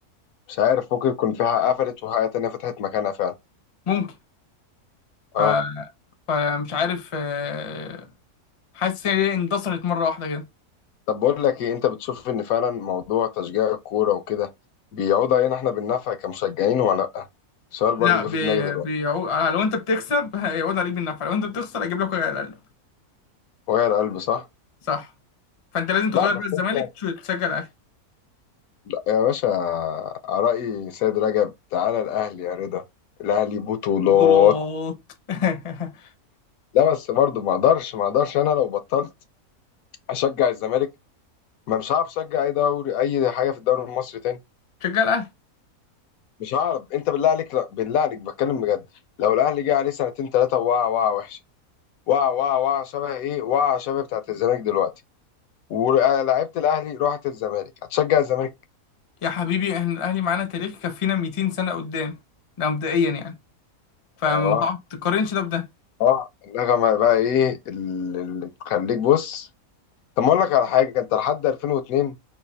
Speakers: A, on the left; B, on the left.
A: مش عارف ممكن يكون فيها قفلت وحاجه تانيه فتحت مكانها فعلا
B: ممكن
A: اه
B: ف... فمش عارف آه، حاسس ان هي اندثرت مره واحده كده
A: طب بقول لك ايه انت بتشوف ان فعلا موضوع تشجيع الكوره وكده بيعود علينا احنا بالنفع كمشجعين ولا لا السؤال
B: لا
A: برضو جه
B: بي...
A: في دماغي دلوقتي
B: بيعود لو انت بتكسب <laughs> هيعود عليك بالنفع لو انت بتخسر هيجيب لك وجع القلب
A: وجع القلب صح
B: صح فانت لازم تغير
A: لا بس
B: بقى الزمالك
A: انت
B: تش- تشجع الاهلي
A: لا يا باشا رأي سيد رجب تعالى الاهلي يا رضا الاهلي بطولات
B: بطولات <laughs>
A: لا بس برضو ما اقدرش ما اقدرش انا لو بطلت اشجع الزمالك ما مش هعرف اشجع اي دوري اي حاجه في الدوري المصري تاني
B: تشجع الاهلي
A: مش هعرف انت بالله عليك لا بالله عليك بتكلم بجد لو الاهلي جه عليه سنتين ثلاثه وقع وقع وحشه وقع وقع وقع شبه ايه وقع شبه بتاعت الزمالك دلوقتي ولعيبه الاهلي راحت الزمالك هتشجع الزمالك
B: يا حبيبي احنا الاهلي معانا تاريخ يكفينا 200 سنه قدام ده مبدئيا يعني فما
A: اه
B: تقارنش ده بده
A: اه النغمه بقى ايه ال- اللي تخليك بص طب ما اقول لك على حاجه انت لحد 2002